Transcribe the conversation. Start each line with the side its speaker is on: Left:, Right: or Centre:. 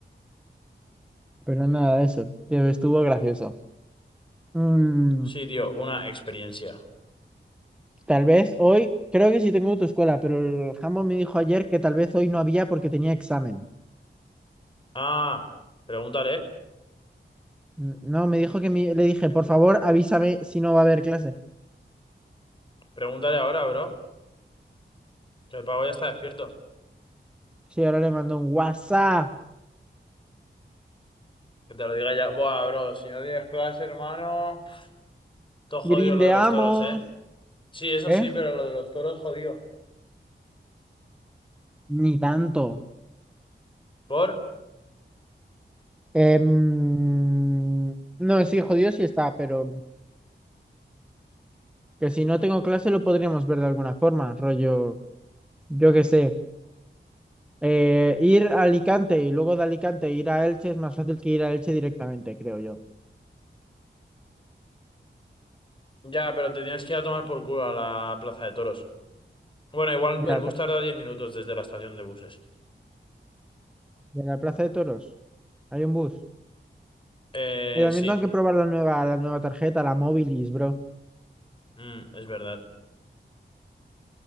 Centre: pero nada de eso, pero estuvo gracioso. Mm,
Left: Sí, tío, una experiencia.
Centre: tal vez hoy, creo que sí tengo autoescuela, pero el jambo me dijo ayer que tal vez hoy no había porque tenía examen.
Left: Ah, pregúntale,
Centre: Mm, No, me dijo que mi- le dije, por favor, avísame si no va a haber clase.
Left: pregúntale ahora, bro, que el pavo ya está despierto.
Centre: Sí, ahora le mando un WhatsApp,
Left: Que te lo diga ya. Buah, bro, si no tienes clase, hermano, pf, todo jodido
Centre: grindeamos,
Left: lo de los toros, ¿eh? Sí, eso
Centre: ¿eh?
Left: sí, pero lo de los toros jodido.
Centre: Ni tanto.
Left: ¿Por?
Centre: Em, no, sí, jodido sí está, pero... Que si no tengo clase lo podríamos ver de alguna forma, rollo, yo qué sé. Eh, ir a Alicante y luego de Alicante ir a Elche es más fácil que ir a Elche directamente, creo yo.
Left: Ya, pero te tienes que ir a tomar por culo a la plaza de toros. Bueno, igual
Centre: Mira,
Left: el bus
Centre: ta-
Left: tarda 10 minutos desde la estación de buses.
Centre: de la Plaza de Toros hay un bus.
Left: Eh,
Centre: Y también
Left: sí.
Centre: tengo que probar la nueva, la nueva tarjeta, la Mobilis, bro.
Left: Mm, es verdad.